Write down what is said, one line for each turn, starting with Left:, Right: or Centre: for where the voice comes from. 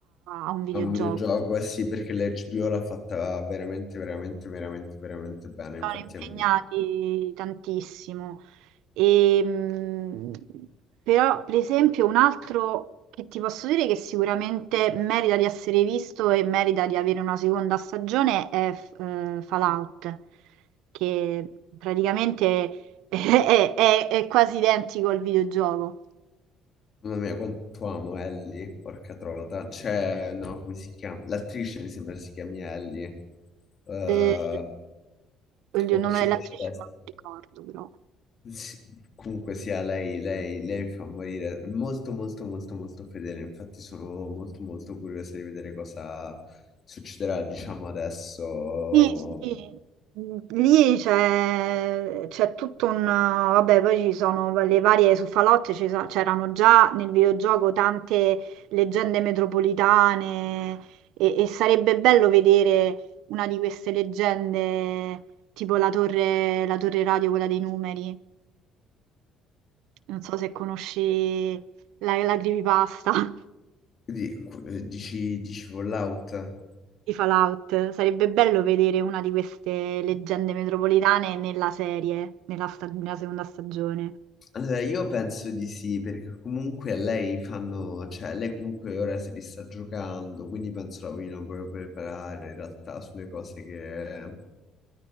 Right: a un videogioco.
Left: È un videogioco, eh sì, perché l'HBO l'ha fatta veramente, veramente, veramente, veramente bene. Infatti,
Right: sono impegnati
Left: a me...
Right: tantissimo. E, mh, però, per esempio, un altro che ti posso dire che sicuramente merita di essere visto e merita di avere una seconda stagione è eh, Fallout, che praticamente <laughs> è, è- è quasi identico al videogioco.
Left: Mamma mia, quanto amo Ellie, porca trota. Cioè, no, come si chiama? L'attrice mi sembra si chiami Ellie. Eh,
Right: Eh, oddio,
Left: occhioni
Right: il nome dell'attrice
Left: celesti.
Right: non lo ricordo, però.
Left: Sì, Comunque sia, lei, lei, lei mi fa morire È molto molto molto molto fedele, infatti sono molto molto curiosa di vedere cosa succederà, diciamo adesso.
Right: Sì, sì, lì c'è c'è tutto un... Vabbè, poi ci sono le varie su Falotte, ci so- c'erano già nel videogioco tante leggende metropolitane e, e sarebbe bello vedere una di queste leggende, tipo la torre, la torre radio, quella dei numeri. Non so se conosci la, la creepypasta.
Left: Di- Dici, dici Fallout?
Right: di Fallout. Sarebbe bello vedere una di queste leggende metropolitane nella serie, nella, sta- nella seconda stagione.
Left: Allora, io penso di sì, perché comunque lei fanno, cioè lei comunque ora si li sta giocando, quindi penso la vogliono proprio preparare in realtà sulle cose che,